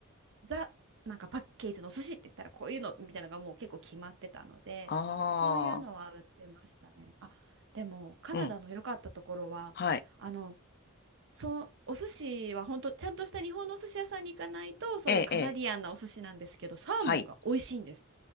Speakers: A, on the right; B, on the left.
A: ザ、なんかパッケージのお寿司って言ったらこういうのみたいなのがもう結構決まってたので、
B: ああ、
A: そういうのは売ってましたね。あ、でもカナダの良かったところは、
B: うん。はい。
A: あの、そう、お寿司は本当ちゃんとした日本のお寿司屋さんに行かないと、そういうカナディアンなお寿司なんですけど、
B: ええ、ええ、
A: サーモンが美味しいんです。
B: はい。